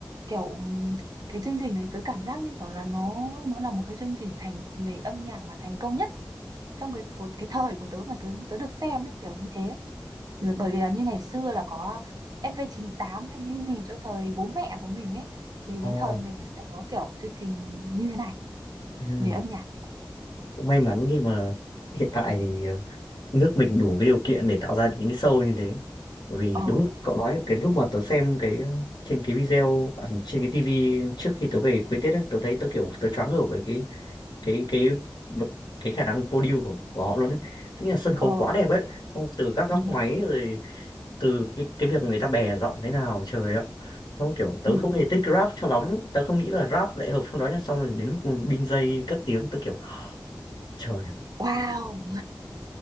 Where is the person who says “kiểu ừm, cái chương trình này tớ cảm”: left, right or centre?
Right